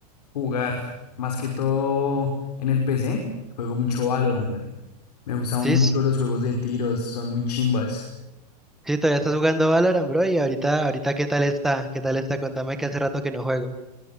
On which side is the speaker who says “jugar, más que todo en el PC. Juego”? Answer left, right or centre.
Left